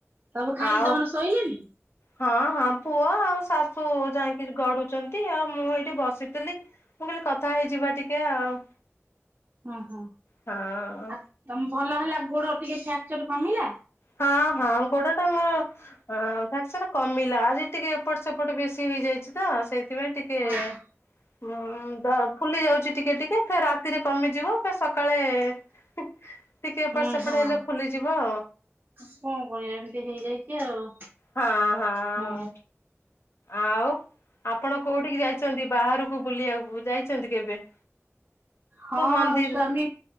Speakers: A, on the right; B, on the left.
A: ସବୁ ଖାଇକି
B: ଆଉ
A: ତମର ଶୋଇଲେଣି?
B: ହଁ ହଁ ଆମ ପୁଅ ଆଉ ଶାଶୁ ଯାଇଁକିରି ଗଡ଼ୁଚନ୍ତି ଆଉ ମୁଁ ଏଇଠି ବସିଥିଲି। ମୁଁ କହିଲି କଥା ହେଇଯିବା ଟିକେ ଆଉ।
A: ଅଁ ହ
B: ହଁ
A: ଆ ତମ ଭଲ ହେଲା ଗୋଡ଼ ଟିକେ ଫ୍ୟାକ୍ଚର୍ କମିଲା।
B: ହଁ ହଁ ଗୋଡ଼ଟା ମୋର ଅଁ ଫ୍ୟାକ୍ଚର୍ କମିଲା ଆଜି ଟିକେ ଏପଟ ସେପଟ ବେଶୀ ହେଇଯାଇଚି ତ ସେଇ ଥିପାଇଁ ଟିକେ
A: ଓହୋ
B: ବ ଦ ଫୁଲି ଯାଉଚି ଟିକେ ଟିକେ ଫେର୍ ରାତିରେ କମିଯିବ ଫେର୍ ସକାଳେ ଟିକେ ଏପଟ
A: ହୁଁ
B: ସେପଟ
A: ହଁ।
B: ହେଲେ ଫୁଲିଯିବ।
A: କଣ କରିବା ଏମିତି ହେଇଯାଇଚି ଆଉ।
B: ହଁ ହଁ।
A: ହୁଁ
B: ଆଉ ଆପଣ କୋଉଠିକି ଯାଇଚନ୍ତି ବାହାରୁକୁ ବୁଲିବାକୁ ଯାଇଚନ୍ତି କେବେ?
A: ହଁ
B: କୋଉ ମନ୍ଦିର
A: ସ୍ଵାମୀ